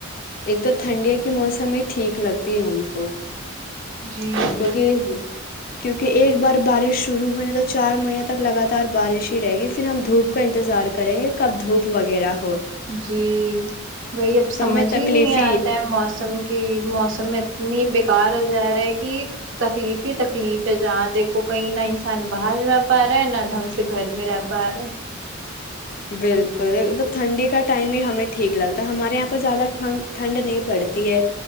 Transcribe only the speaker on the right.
جی جی
جی وہی اب سمجھ
ہی نہیں آتا ہے موسم کی موسم اتنی بیکار ہو جائے رہ گ تکلیف ہی تکلیف ہے جہاں دیکھو کہیں نہ انسان باہر رہ پا رہا ہے نہ ڈھنگ سے گھر میں رہ پا رہا